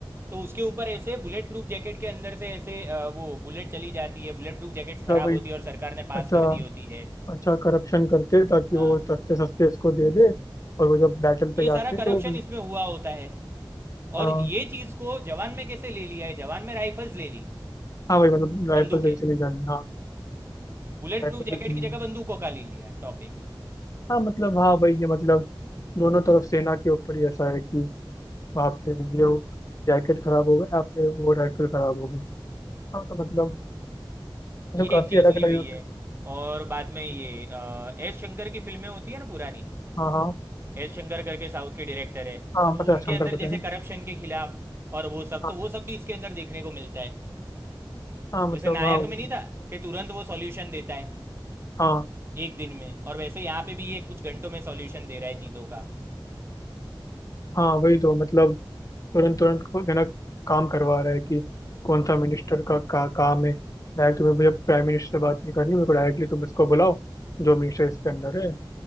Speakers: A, on the right; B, on the left.
A: तो उसके ऊपर ऐसे बुलेट प्रूफ जैकेट के अंदर से ऐसे अ, वो बुलेट चली जाती है बुलेट प्रूफ जैकेट्स खराब
B: अच्छा, वही
A: होती है और सरकार ने पास
B: अच्छा
A: कर दी होती है
B: अच्छा करप्शन करते ताकि
A: हाँ
B: वो सस्ते सस्ते
A: हाँ
B: इसको दे दे और वो जब बैटल पे
A: ये
B: जाते
A: सारा करप्शन
B: तो फिर
A: इसमें हुआ होता है
B: हाँ
A: और ये चीज़ को जवान में कैसे ले लिया है जवान में राइफल्स ले ली
B: हाँ भाई मतलब राइफल
A: बंदूकें
B: से इसीलिए जानी हाँ
A: बुलेट
B: राइफल
A: प्रूफ जैकेट
B: से इसीलिए
A: की जगह बंदूकों का ले लिया टॉपिक
B: हाँ मतलब हाँ भाई ये मतलब दोनों तरफ सेना के ऊपर ही ऐसा है कि आप पे ये जैकेट खराब हो गए आप पे वो राइफल खराब हो गई
A: हम्म,
B: हाँ तो मतलब मतलब
A: ये
B: काफी
A: एक चीज़
B: अलग
A: ली हुई
B: अलग यहाँ
A: है
B: पे
A: और बाद में ये अ, एस शंकर की फिल्में होती है ना पुरानी
B: हाँ हाँ
A: एस शंकर करके साउथ के डायरेक्टर है
B: हाँ
A: तो
B: पता
A: उनके
B: है शंकर
A: अंदर
B: पता
A: जैसे
B: है ना
A: करप्शन के खिलाफ और वो सब
B: हाँ
A: तो वो सब भी इसके अंदर देखने को मिलता है
B: हाँ मतलब
A: जैसे नायक
B: हाँ वही-
A: में नहीं था कि तुरंत वो सॉल्यूशन देता है
B: हाँ
A: एक दिन में और वैसे यहाँ पे भी ये कुछ घंटों में सॉल्यूशन दे रहा है चीज़ों का
B: हाँ वही तो मतलब तुरंत तुरंत को है ना काम करवा रहा है कि कौन सा मिनिस्टर का, का काम है डायरेक्ट तुम्हें मुझे प्राइम मिनिस्टर से बात नहीं करनी मेरे को डायरेक्टली तुम इसको बुलाओ जो मिनिस्टर इसके अंडर है